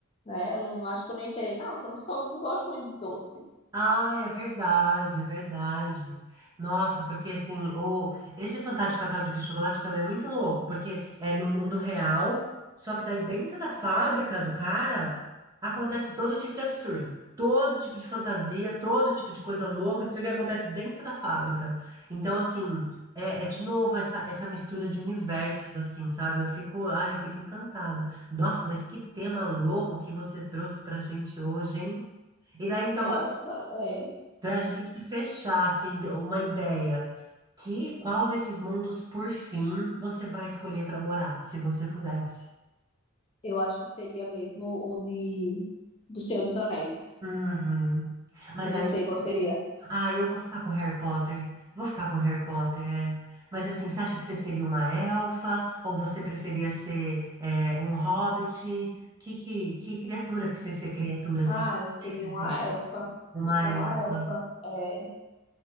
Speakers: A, on the left; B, on the right.
A: Né? Eu não acho que eu não ia querer, não, porque eu não sou, não gosto muito de doce.
B: Ai, é verdade, é verdade. Nossa, porque assim, o, esse Fantástico a Fábrica de Chocolate também é muito louco, porque é no mundo real, só que daí dentro da fábrica do cara acontece todo tipo de absurdo, todo tipo de fantasia, todo tipo de coisa louca, não sei o que acontece dentro da fábrica. Então, assim, é, é de novo essa, essa mistura de universos, assim, sabe? Eu fico, ai, eu fico encantada. Nossa, mas que tema louco que você trouxe pra gente hoje, hein? E daí, então,
A: Nossa, é.
B: para a gente fechar, assim, uma ideia, que qual desses mundos, por fim, você vai escolher para morar, se você pudesse?
A: Eu acho que seria mesmo o de. Do Senhor dos Anéis.
B: Uhum. Mas
A: E você,
B: aí,
A: qual seria?
B: seria- ah, eu vou ficar com Harry Potter, vou ficar com Harry Potter, é. Mas assim, você acha que você seria uma elfa, ou você preferia ser é, um hobbit? Que, que, que criatura que você ser criatura, assim?
A: Ah,
B: O
A: eu seria
B: que que você seria?
A: uma elfa.
B: Uma
A: Eu seria
B: elfa.
A: uma elfa. É,